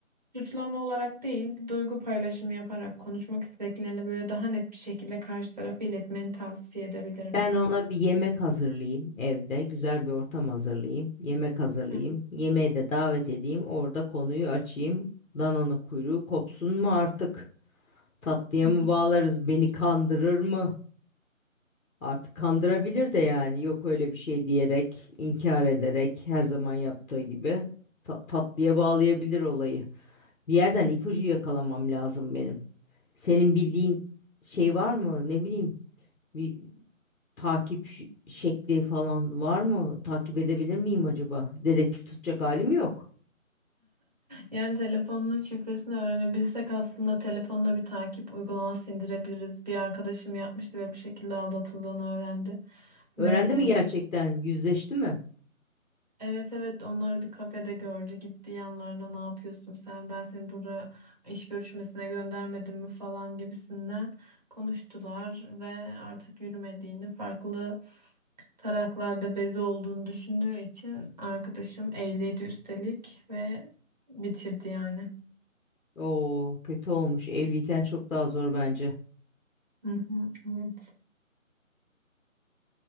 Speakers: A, on the right (about 30°); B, on the left (about 70°).
A: Suçlama olarak değil, bir duygu paylaşımı yaparak konuşmak istediklerini böyle daha net bir şekilde karşı tarafı iletmeni tavsiye edebilirim.
B: Ben ona bir yemek hazırlayayım evde. Güzel bir ortam hazırlayayım. Yemek hazırlayayım.
A: Hı.
B: Yemeğe de davet edeyim. Orada konuyu açayım. Dananın kuyruğu kopsun mu artık? Tatlıya
A: hı
B: mı
A: hı.
B: bağlarız? Beni kandırır mı? Artık kandırabilir de yani yok öyle bir şey diyerek, inkar ederek her zaman yaptığı gibi ta- tatlıya bağlayabilir olayı. Bir yerden ipucu yakalamam lazım benim. Senin bildiğin şey var mı? Ne bileyim bir takip ş- şekli falan var mı? Takip edebilir miyim acaba? Dedektif tutacak halim yok.
A: Yani telefonunun şifresini öğrenebilsek aslında telefonuna bir takip uygulaması indirebiliriz. Bir arkadaşım yapmıştı ve bu şekilde aldatıldığını öğrendi.
B: Öğrendi
A: Nerelere
B: mi gerçekten?
A: gidip?
B: Yüzleşti mi?
A: Evet evet onları bir kafede gördü gitti yanlarına ne yapıyorsun sen ben seni buraya iş görüşmesine göndermedim mi falan gibisinden konuştular ve artık yürümediğini farklı taraklarda bezi olduğunu düşündüğü için arkadaşım evliydi üstelik ve bitirdi yani.
B: Oo kötü olmuş. Evliyken çok daha zor bence.
A: Hı hı, evet.